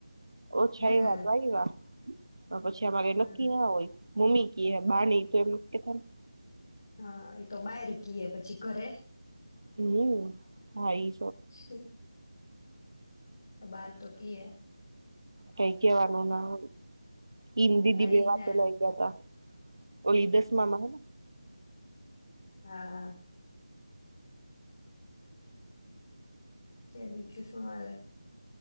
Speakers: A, on the right; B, on the left.
A: ઓછા
B: હા
A: આયવા તો આયવા. અહ પછી અમારે
B: હમ
A: નક્કી ના હોય. મમ્મી કેયે, બાને કેયે એમ કેતા હતા.
B: હા એતો બાહિર કીયે પછી ઘરે
A: હમ્મ હા ઈજ
B: <unintelligible> બાર તો કિયે
A: કઈ કેવાનું ના હોય, ઈને દીદી
B: હા
A: બે
B: ઈજ
A: વાતે
B: ને
A: લાગ્યાતા હતા. ઓલી દસમામાં હો
B: હાઅઅ. કે બીજું શું હાલે?